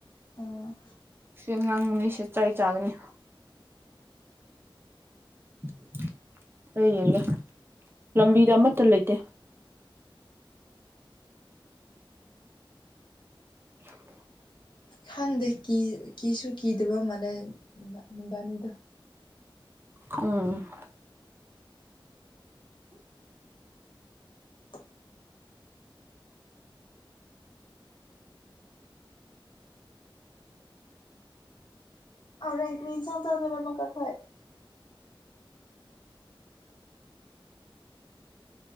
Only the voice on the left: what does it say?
ꯑꯝ
ꯈꯪꯗꯦ ꯀꯤ ꯀꯤꯁꯨ ꯀꯤꯗꯕ ꯃꯥꯜꯂꯦ ꯃꯕꯅꯤꯗꯨ
<inaudible> ꯍꯣꯔꯦꯟ ꯀ꯭ꯔꯤ ꯏꯟꯁꯥꯡ ꯆꯥꯗꯨꯏꯔ ꯑꯃꯨꯛꯀ ꯈꯣꯏ